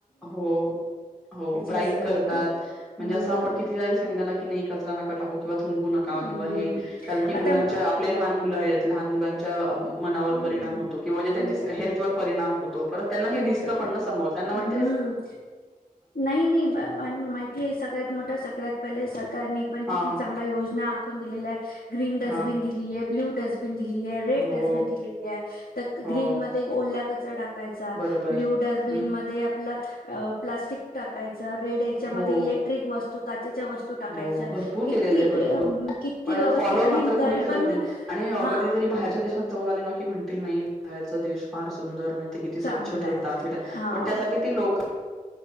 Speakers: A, in the centre; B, on the left.
A: हो हो ब्राई
B: असं त्यांना
A: करतात म्हणजे
B: हम्म
A: असं आपण किती सग की नाही कचरा नका टाकू किंवा थुंकू नका किंवा
B: हम्म
A: हे कारण की मुलांच्या
B: आता म-
A: आपले लहान मुलं आहेत लहान मुलां. च मनावर
B: हम्म
A: परिणाम होतो किंवा जे त्यां
B: नाहीतर
A: हेल्थ
B: काय
A: ववर परिणाम होतो परत त्यांना हे
B: नाहीतर
A: दिसतं
B: काय
A: पण ना समज त्यांनाट
B: हम्म नाह- नाही माहिती आहे सगळ्यात मोठं सगळ्यात पहिल्यासारखा सरकारने पण
A: हां,
B: किती चांगल्या योजना आखून दिलेल्या आहे ग्रीन डस्टबिन
A: हां.
B: दिलेली आहे ब्ल्यू डस्टबिन ब्लू डस्टबिन दिलेला आहे रेड
A: हो,
B: डसबिन दिलेला आहे डस्टबिन दिलेत
A: हो,
B: ग्रीन मध्ये ओला कचरा चढा य
A: बरोबर.
B: ब्ल्यू डस्टबिन
A: हं.
B: मध्ये आपला अ.... प्लास्टिक टाकायच रेड याच्या मध्ये
A: हो,
B: इलेक्ट्रिक वस्तू काचेच्या वस्तू टाकायच्या
A: हो, भरपूर
B: किती-किती
A: केलेलं आहे भरपूर. पण
B: व्यवस्थित
A: फॉलो मात्र
B: आणि
A: कोणी
B: गरबांना
A: करत नाही आणि अ,
B: हा
A: कधीतरी बाहेरच्या देशात जाऊन आले ना, की म्हण नाही बाहेरचा देश फार सुंदर म्हण किती स्वच्छ
B: चांगलं
A: ठेवतात
B: आहे.
A: हे,
B: हां.
A: पण त्यासाठी ती लोक